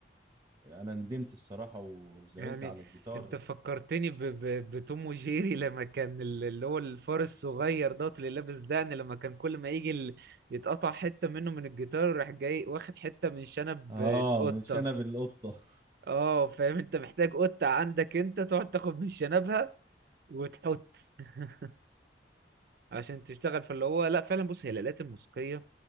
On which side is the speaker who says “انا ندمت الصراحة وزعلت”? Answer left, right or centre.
Right